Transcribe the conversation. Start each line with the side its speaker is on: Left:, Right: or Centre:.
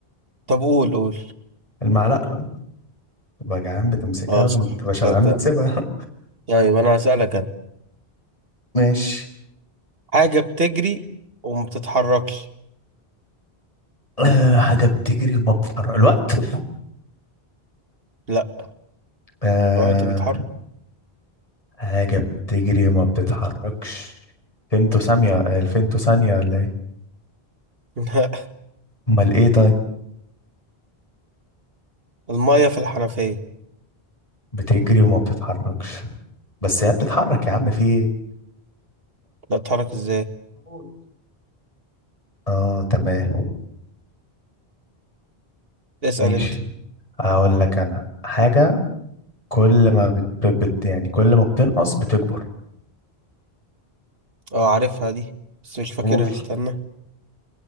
Right: طب قول قول
Left: المعلقه تبقى جعان بتمسكها
Right: اه
Left: ولما
Right: صح
Left: بتبقى شبعان
Right: تصدق
Left: بتسيبها
Right: طيب أنا هسألك أنا
Left: <laughs> ماشي
Right: حاجة بتجري وما بتتحركش
Left: <clears throat> آه حاجه بتجري وما بتتحرك الوقت
Right: لا
Left: آه
Right: الوقت بيتحرك
Left: حاجه بتجري وما بتتحركش فيمتو ثانيه الفيمتو ثانيه ولا ايه
Right: <laughs> لا
Left: امال ايه طيب
Right: المية في الحنفية
Left: بتجري وما بتتحركش بس هي بتتحرك يا عم في ايه
Right: لا تتحرك ازاي
Left: ولا اه تمام
Right: اسأل
Left: ماشي
Right: انت
Left: هقول لك انا حاجة كل ما بت... بت... يعني كل ما بتنقص بتكبر
Right: اه عارفها دي بس مش فاكرها
Left: قول
Right: استنى